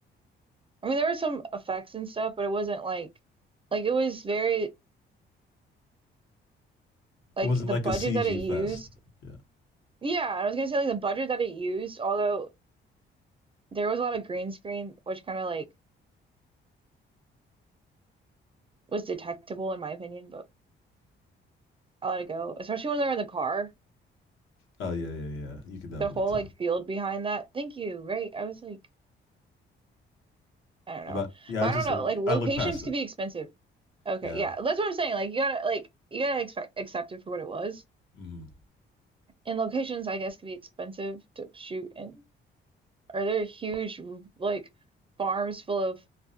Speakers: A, on the right (about 25°); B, on the left (about 75°).
A: I mean there were some effects and stuff, but it wasn't like like it was very like
B: It wasn't
A: the
B: like
A: budget
B: a CG
A: that it used.
B: fest. Yeah.
A: Yeah, I was gonna say like the budget that it used, although there was a lot of green screen, which kind of like was detectable in my opinion, but I let it go. Especially when they're in the car,
B: Oh yeah, yeah, yeah. You can definitely
A: the whole
B: tell.
A: like field behind that. Thank you, right? I was like, I don't know,
B: But yeah,
A: but
B: I just
A: I don't know.
B: look.
A: Like locations
B: I look past
A: could
B: it.
A: be expensive. Okay,
B: Yeah.
A: yeah, that's what I'm saying. Like you gotta like you gotta expect accept it for what it was.
B: Mm.
A: And locations, I guess, could be expensive to shoot. And are there huge like farms full of